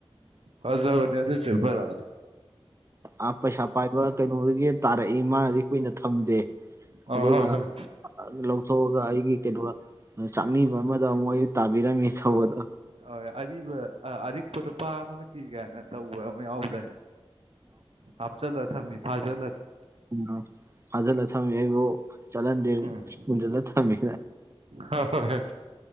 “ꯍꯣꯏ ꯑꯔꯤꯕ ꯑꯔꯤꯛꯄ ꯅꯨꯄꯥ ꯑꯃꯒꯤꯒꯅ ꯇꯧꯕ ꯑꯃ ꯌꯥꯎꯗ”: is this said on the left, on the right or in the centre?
Right